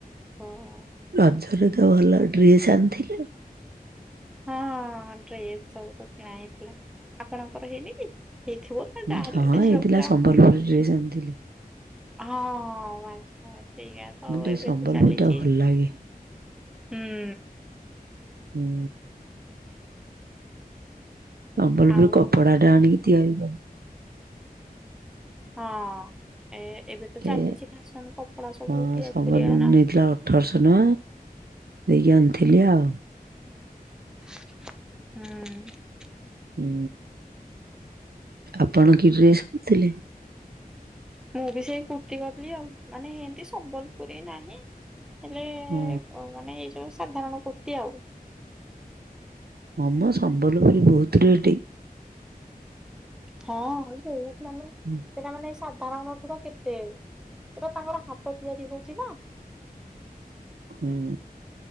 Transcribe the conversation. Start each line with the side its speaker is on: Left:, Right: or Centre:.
Centre: ହୋ ହୋ।
Right: ରଜରେ ତ ଭଲ ଡ୍ରେସ୍ ଆଣିଥିଲେ।
Centre: ହଁ ହଁ ଡ୍ରେସ୍ ସବୁ ତ କିଣା ହେଇଥିଲା ଆପଣଙ୍କର ହେଇନି କି ହେଇଥିବ। ଯା
Right: ହୁଁ,
Centre: ହେଲେବି
Right: ହଁ
Centre: ଝିଅ
Right: ଏଇଥିଲା
Centre: ପିଲା
Right: ସମ୍ବଲପୁରୀ
Centre: ଆଉ କଣ
Right: ଡ୍ରେସ୍ ଆଣିଥିଲି।
Centre: ହଁ ହଁ ଆନି ହଁ ସେଇଆ ତ
Right: ମୁଁ ଟିକେ
Centre: ଏବେ
Right: ସମ୍ବଲପୁରୀ
Centre: ତ ଚାଲିଛି
Right: ଟା ଭଲ ଲାଗେ।
Centre: ହୁଁ।
Right: ହୁଁ। ସମ୍ବଲପୁରୀ
Centre: ଆଉ
Right: କପଡାଟା ଆଣିକି ତିଆରି କରୁ
Centre: ହଁ। ଏ ଏବେ
Right: କରିଥିଲେ।
Centre: ତ ଚାଲିଛି ଫ୍ୟାସନ କପଡା ସବୁ
Right: ହଁ
Centre: ତିଆରି
Right: ସମ୍ବଲପୁରୀ
Centre: କରିବା ଆଣ
Right: ନେଇଥିଲା ଅଠରଶହ ଟଙ୍କା ଦେଇକି ଆଣିଥିଲି ଆଉ।
Centre: ହୁଁ।
Right: ହୁଁ ଆପଣ କି ଡ୍ରେସ କରିଥିଲେ?
Centre: ମୁଁ ବି ସେଇ କୁର୍ତ୍ତିୀ କଲି ଆଉ ମାନେ ହେତି ସମ୍ବଲପୁରୀ ନାହିଁ ହେଲେ
Right: ହଁ
Centre: ମାନେ ଏଇ ଯୋଉ ସାଧାରଣ କୁର୍ତି ଆଉ।
Right: ହମ ସମ୍ବଲପୁରୀ ବହୁତ ରେଟ।
Centre: ହଁ ବୋହୁତ୍ ମାନେ
Right: ହୁଁ।
Centre: ସେଟା ମାନେ ସାଧାରଣତଃ ତ କେତେ ପୁରା ତାଙ୍କର ହାତ ତିଆରି ହଉଛି ନା।
Right: ହୁଁ